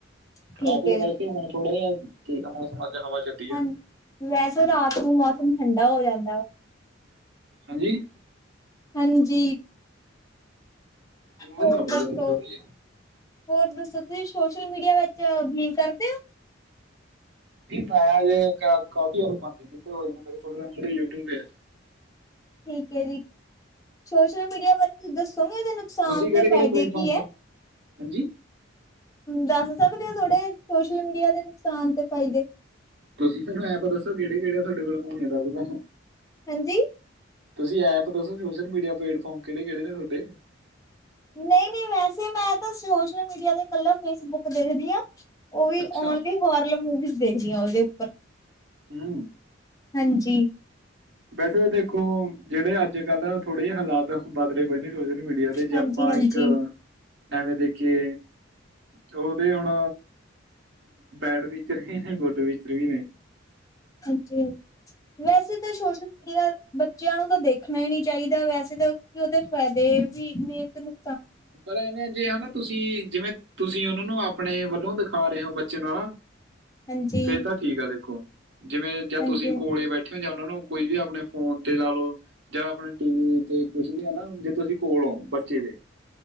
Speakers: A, on the left; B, on the right.
A: ਠੀਕ
B: ਕਾਫੇ ਪੈਸੇ ਹੁਣ ਥੋੜਾ ਜਿਹਾ ਠੀਕ ਆ ਮੌਸਮ ਹਵਾ ਚੱਲੀ
A: ਹਾਂਜੀ
B: ਆ।
A: ਵੈਸੇ ਤਾਂ ਆਪ ਉਹ ਠੰਡਾ ਹੋ ਜਾਂਦਾ ਵਾ
B: ਹਾਂਜੀ
A: ਹਾਂਜੀ
B: ਆਵਾਜ਼
A: ਹੋਰ
B: ਕੱਟ ਰਹੀ
A: ਦੱਸੋ,
B: ਆ ਤੁਹਾਡੀ ਥੋੜੀ ਜੀ।
A: ਹੋਰ ਦੱਸੋ ਤੁਸੀਂ ਸੋਸ਼ਲ ਮੀਡੀਆ ਵਿਚ ਬਿਲੀਵ ਕਰਦੇ ਹੋ
B: ਮੈਂ ਅਜੇ ਕਾਫੀ ਆਪ ਬੰਦ ਹੀਤੇ ਹੋਈ ਮੇਰੇ ਕੋਲ ਯੂਟਿਊਬ ਏ।
A: ਠੀਕ ਹੈ ਜੀ ਸੋਸ਼ਲ ਮੀਡੀਆ ਬਾਰੇ ਤੁਸੀਂ ਦੱਸੋਗੇ, ਇਹਦੇ ਨੁਕਸਾਨ
B: ਤੁਸੀਂ
A: ਤੇ
B: ਕਿਹੜੇ ਕਿਹੜੇ
A: ਫਾਇਦੇ
B: ਪਲੇਟਫਾਰਮ
A: ਕੀ ਹੈ।
B: ਤੇ ਹੋ? ਹਾਂਜੀ
A: ਦੱਸ ਸਕਦੇ ਹੋ ਥੋੜੇ ਸੋਸ਼ਲ ਮੀਡੀਆ ਦੇ ਨੁਕਸਾਨ ਤੇ ਫਾਇਦੇ
B: ਤੁਸੀਂ ਮੈਨੂੰ ਅੱਪ ਦੱਸੋ ਕਿਹੜੇ-ਕਿਹੜੇ ਆ ਤੁਹਾਡੇ ਕੋਲ ਦੱਸਦਾ <unintelligible>
A: ਹਾਂਜੀ
B: ਤੁਸੀਂ ਐਪ ਦੱਸੋ ਸੋਸ਼ਲ ਮੀਡੀਆ ਪਲੇਟਫਾਰਮ ਕਿਹੜੇ-ਕਿਹੜੇ ਨੇ ਤੁਹਾਡੇ
A: ਨਹੀਂ-ਨਹੀਂ ਵੈਸੇ ਮੈਂ ਤਾਂ ਸੋਸ਼ਲ ਮੀਡੀਆ ਦੇ ਕੱਲਾ ਫੇਸਬੁੱਕ ਦੇਖਦੀ ਆ ਉਹ ਵੀ
B: ਅੱਛਾ
A: ਓਨਲੀ ਹੋਰਲ ਮੂਵੀਜ਼ ਦੇਖਦੀ ਹਾਂ ਉਹਦੇ ਉੱਪਰ
B: ਹਮ
A: ਹਾਂਜੀ
B: ਵੈਸੇ ਦੇਖੋ ਜਿਹੜੇ ਅੱਜ ਕੱਲ ਥੋੜੇ ਜ ਹਾਲਾਤ ਬਦਲੇ ਪਏ ਨੇ ਸੋਸ਼ਲ ਮੀਡੀਆ ਉਹਦੇ ਜੇ
A: ਹਾਂਜੀ-ਹਾਂਜੀ।
B: ਆਪਾਂ ਇੱਕ ਐਵੇਂ ਦੇਖ ਕਿ ਉਹਦੇ ਹੁਣ ਪੈਰ ਵਿਚਰ ਵੀ ਨੇ ਗੁੱਡ ਵਿਚ ਵੀ ਨੇ
A: ਹਾਂਜੀ-ਹਾਂਜੀ ਵੈਸੇ ਤਾਂ ਸੋਸ਼ਲ ਮੀਡੀਆ ਬੱਚਿਆਂ ਨੂੰ ਤਾਂ ਦੇਖਣਾ ਹੀ ਨਹੀਂ ਚਾਹੀਦਾ ਵੈਸੇ ਤਾਂ ਉਹਦੇ ਫਾਇਦੇ ਵੀ ਨੀਤ ਨੂੰ
B: ਪਰ ਐਵੇਂ ਜੇ ਹਨਾ ਤੁਸੀਂ ਜਿਵੇਂ ਤੁਸੀਂ ਉਹਨਾ ਨੂੰ ਆਪਣੇ ਵੱਲੋਂ ਦਿਖਾ ਰਹੇ ਹੋ ਬੱਚੇ ਨੂੰ ਨਾ
A: ਹਾਂਜੀ,
B: ਫੇਰ ਤਾਂ ਠੀਕ ਆ ਦੇਖੋ ਜਿਵੇਂ ਜਾਂ
A: ਹਾਂਜੀ-ਹਾਂਜੀ।
B: ਤੁਸੀਂ ਕੋਲੇ ਬੈਠੇ ਹੋ ਜਾਂ ਉਹ ਨੂੰ ਕੋਈ ਵੀ ਆਪਣੇ ਫੋਨ ਤੇ ਲਾ ਲਓ ਜਾਂ ਆਪਣੇ ਟੀ ਵੀ ਤੇ ਕੁਛ ਵੀ ਹੈ ਨਾ ਜੇ ਤੁਸੀਂ ਕੋਲ ਹੋ ਬੱਚੇ ਦੇ